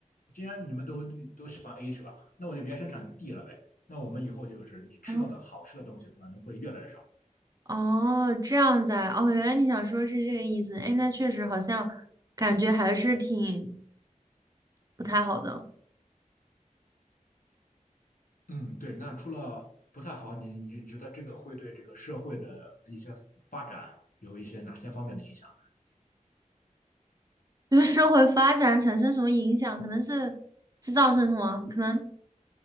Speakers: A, on the left; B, on the right.
A: 既然你们都都喜欢 A 是吧？那我就别生产 D 了呗。那我们以后就是你吃到的好吃的东西可能会越来越少。
B: 哦哦，这样子啊，哦，原来你想说是这个意思。哎，那确实好像感觉还是挺不太好的。
A: 嗯，对。那除了不太好，你你觉得这个会对这个社会的一些发展有一些哪些方面的影响？
B: 对社会发展产生什么影响？可能是制造生什么？可能